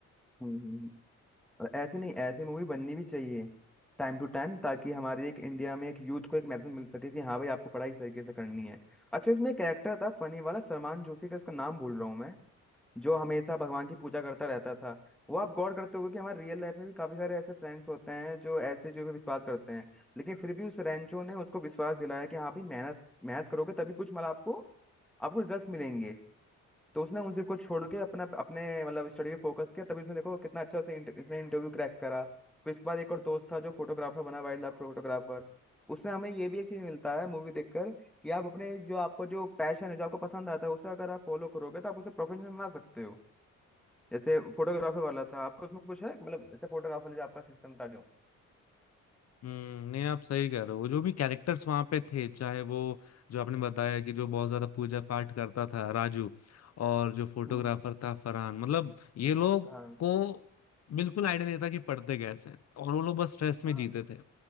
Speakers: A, in the centre; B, on the left (about 55°).
A: हम्म हम्म, हम्म। और ऐसे नहीं ऐसे मूवी बननी भी चाहिए टाइम टू टाइम ताकि हमारे एक इंडिया में एक यूथ को एक मैसेज मिल सके कि हाँ भाई आपको पढ़ाई इस तरीके से करनी है अच्छा इसमें एक कैरेक्टर था फनी वाला सलमान जोशी का उसका नाम भूल रहा हूँ मैं जो हमेशा भगवान की पूजा करता रहता था वो आप गौर करते होगे कि हमारे रियल लाइफ में भी काफी सारे ऐसे फ्रेंड्स होते हैं जो ऐसे जो भी विश्वास करते हैं लेकिन फिर भी उस रेंचो ने उसको विश्वास दिलाया कि हाँ भाई मेहनत मेहनत करोगे तभी कुछ मतलब आपको आपको रिजल्ट मिलेंगे तो उसने उन सबको छोड़ के अपना अपने मतलब स्टडी पे फोकस किया तभी उसने देखो कितना अच्छा उसे इंट- इसने इंटरव्यू क्रैक करा फिर इसके बाद एक और दोस्त था जो फोटोग्राफर बना वाइल्ड लाइफ फोटोग्राफर उससे हमें ये भी एक चीज मिलता है मूवी देखकर कि आप अपने जो आपको जो पैशन है जो आपको पसंद आता है उसे अगर आप फॉलो करोगे तो आप उसे प्रोफेशन बना सकते हो जैसे फोटोग्राफर वाला था आपको उसमें कुछ है मतलब जैसे फोटोग्राफर जो आपका सिस्टम था जो
B: हम्म नहीं आप सही कह रहे हो जो भी कैरेक्टर्स वहां पे थे चाहे वो जो आपने बताया कि जो बहुत ज्यादा पूजा पाठ करता था राजू और जो फोटोग्राफर
A: हम्म हम्म,
B: था फरहान मतलब ये लोग
A: हाँ
B: को बिल्कुल आइडिया नहीं था कि पढ़ते कैसे हैं और वो लोग बस स्ट्रेस में
A: हाँ
B: जीते थे